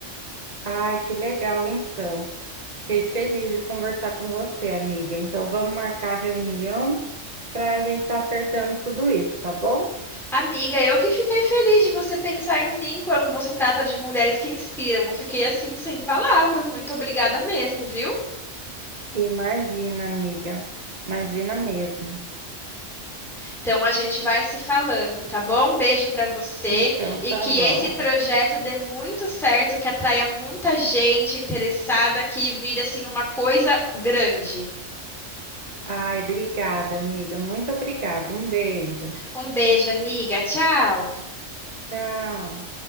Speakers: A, on the right; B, in the centre.
A: Ai, que legal, então. Fiquei feliz de conversar com você, amiga. Então, vamos marcar a reunião para a gente estar acertando tudo isso, tá bom?
B: Amiga, eu que fiquei feliz de você pensar em mim quando você trata de mulheres que inspiram. Eu fiquei assim sem palavras. Muito obrigada mesmo, viu?
A: Imagina, amiga. Imagina mesmo.
B: Então a gente vai se falando, tá bom? Um beijo para você
A: Então,
B: e
A: tá
B: que
A: bom.
B: esse projeto dê muito certo, que atraia muita gente interessada, que vire assim uma coisa grande.
A: Ai, obrigada, amiga. Muito obrigada. Um beijo.
B: Um beijo, amiga. Tchau.
A: Tchau.